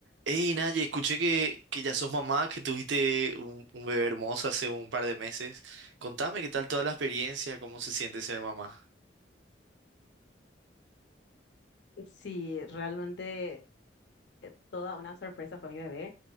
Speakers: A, on the right; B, on the left.
A: Hey, Naye, escuché que, que ya sos mamá, que tuviste un, un bebé hermoso hace un par de meses. Contame qué tal toda la experiencia, cómo se siente ser mamá.
B: Sí, realmente eh, toda una sorpresa fue mi bebé.